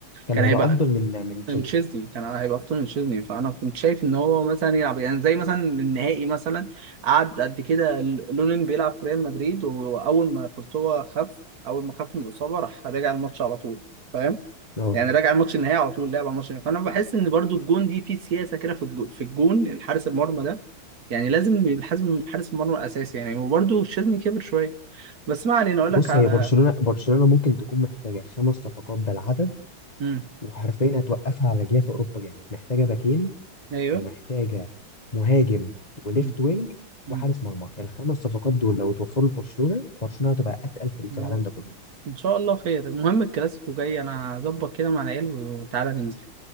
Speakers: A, on the left; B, on the right.
A: كان
B: كان
A: هيبقى
B: هيبقى
A: افضل من من تشيزني
B: تشيزني كان هيبقى افضل من تشيزني فانا كنت شايف ان هو مثلا يلعب يعني زي مثلا النهائي مثلا قعد قد كده لونين بيلعب في ريال مدريد واول ما كورتوا خف اول ما خف من الاصابه راح رجع الماتش على طول فاهم
A: اه
B: يعني راجع الماتش النهائي على طول لعب على الماتش النهائي فانا بحس ان برضو الجون دي في سياسه كده في الجون في الجون الحارس المرمى ده يعني لازم الحزم حارس المرمى الاساسي يعني وبرضو الشاذلي كبر شويه بس ما علينا اقول
A: بص
B: لك على
A: هي برشلونة برشلونة ممكن تكون محتاجة خمس صفقات بالعدد
B: امم
A: وحرفيا هتوقفها على رجليها في أوروبا جامد محتاجة باكين
B: ايوه
A: ومحتاجة مهاجم وليفت
B: امم
A: وينج
B: امم
A: وحارس مرمى الخمس صفقات دول لو اتوفروا لبرشلونة برشلونة هتبقى أتقل فريق
B: يا
A: في العالم
B: رب.
A: ده كله
B: ان شاء الله خير المهم الكلاسيكو جاي انا هظبط كده مع العيال وتعالى ننزل